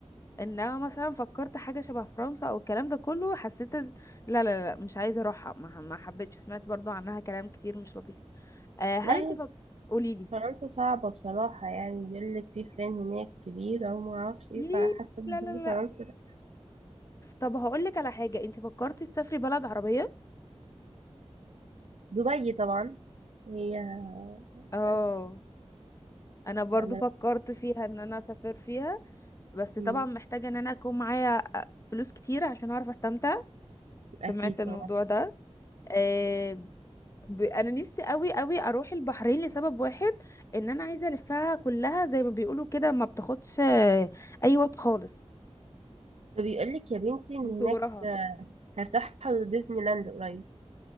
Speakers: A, on the left (about 30°); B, on the right (about 70°).
A: انما مثلا فكرت حاجه شبه فرنسا او الكلام ده كله حسيت ال- لا لا لا مش عايزه اروحها ما, ح- ما حبيتش سمعت برضو عنها كلام كتير مش لطيف آه، هل
B: لا
A: انت
B: هي
A: فك... قوليلي
B: فرنسا صعبة بصراحة يعني بيقول لك في فلان هناك كبيرة وما اعرفش ايه
A: ليه؟
B: فحاسة ان
A: لا لا لا
B: فرنسا لا.
A: طب هقولك على حاجه انت فكرتي تسافري بلد عربيه
B: دبي طبعا هي
A: اه
B: بس
A: انا برضو
B: لا أنا
A: فكرت فيها ان انا اسافر فيها بس
B: مم،
A: طبعا محتاجة ان انا اكون معايا فلوس كتير عشان اعرف استمتع سمعت
B: أكيد
A: الموضوع
B: طبعا
A: ده آه ب... انا نفسي قوي قوي اروح البحرين لسبب واحد ان انا عايزة الفها كلها زي ما بيقولوا كده ما بتاخدش آه، اي وقت خالص
B: فبيقول لك يا بنتي إن
A: من صغرها
B: هناك هيفتحوا ديزني لاند قريب